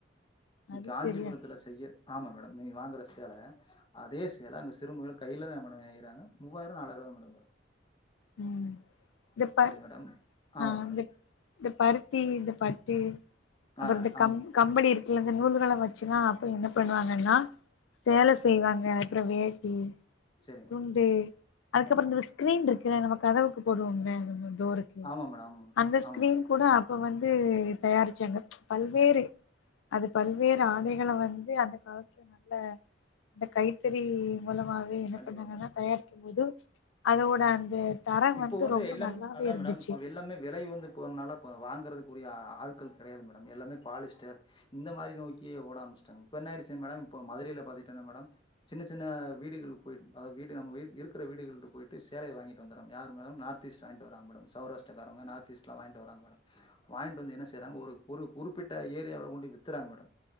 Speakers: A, on the left; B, on the left.
A: நீ
B: அது
A: காஞ்சிபுரத்துல
B: செரியா
A: செய்யர் ஆமா மேடம் நீ வாங்குற சேல அதே சேல அங்க சிறுமுகில கையில தா மேடம் நெய்றாங்க மூவாயிரோ நாலாயிர மேடம் வரு
B: ம் இந்த ப
A: மேடம் ஆமா
B: ஆ
A: மேடம்
B: இந்த இந்த பருத்தி இந்த பட்டு அப்புற
A: ஆ
B: இந்த
A: ஆம்
B: கம் கம்பளி இருக்குல இந்த நூல் நூலா வரு வச்சுதா அப்ப என்ன பண்ணுவாங்க நா சேல
A: சொல்லுங்க மேடம்
B: செய்வாங்க அப்புற வே ம்
A: சரிங்க
B: துண்டு
A: மேடம்
B: அதுக்கப்புற
A: கண்டிப்பா
B: இந்த ஸ்கிரீன் இருக் நம கதவுக்கு போடுவோம்ல டோரு
A: ஆமா மேடம் ஆமா மேடம்
B: அந்தஸ்கிரீன்
A: ஆமா மேடம்
B: கூட அப்ப வந்து தயாரிச்சாங்க பல்வேறு அது பல் பல்வேறு ஆடைகள வந்து அந்த காலத்து நல்ல இந்த கைத்தறி மூலமாவே என்ன
A: கண்டிப்பா
B: பண்ணாங்கன்னா
A: மேடம்
B: தயாரிக்கு போது அதோட அந்த தரம்
A: இப்போ வந்து
B: ரொம்ப
A: எல்லா
B: நல்லாவே
A: அதா
B: இருந்துச்சு
A: மேடம் இப்போ எல்லாமே விலை உயந்து போனால ப வாங்கறதுக்குரிய ஆள்க்கள் கெடையாது மேடம் எல்லாமே பாலிஸ்டர் இந்த மாரி நோக் கி ஓட ஆரம்பிச்சிட்டாங்க இப்ப என்ன ஆயிடுச்சு மேடம் இப்போ மதுரையில பாத்திட்டன்னா மேடம் சின்ன சின்ன வீடுகள் போய் அதாவது வீடு நம்ம வீட் இருக்கிற வீடுகள்ற போயி ட்டு சேலைய வாங்கிட்டு வந்தர்றாங்க யாரு மேடம் நார்த் ஈஸ்ட் வாங்கிட்டு வராங்க மேடம் சௌராஸ்டிரா காரவுங்க நார்த் ஈஸ்ட்லா வாங்கிட்டு வராங்க மேடம் வாங்கிட்டு வந்து என்ன செய்யறாங்க ஒரு ஒரு குறிப்பிட்ட ஏரியாவுல கொண்டு போய் வித்தர்றாங்க மேடம்